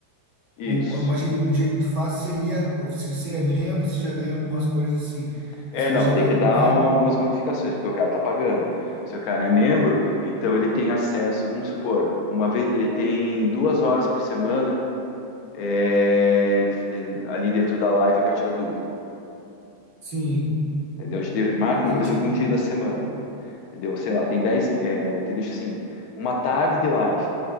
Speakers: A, on the left (about 35°); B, on the right (about 35°).
A: isso.
B: O- uma je- um jeito fácil seria, se você é membro, você já ganha algumas coisas assim.
A: É,
B: Isso
A: não,
B: daí já
A: tem
B: vai,
A: que dar
B: né?
A: um- algumas bonificações, porque o cara tá pagando. Se o cara é membro, então ele tem acesso, vamos supor, uma vez, ele tem duas horas por semana é, de- de- ali dentro da live para tirar dúvida,
B: Sim,
A: entendeu? A gente marca,
B: entendi.
A: por exemplo, um dia da semana, entendeu? Sei lá, tem dez, é, te deixa assim, uma tarde de live,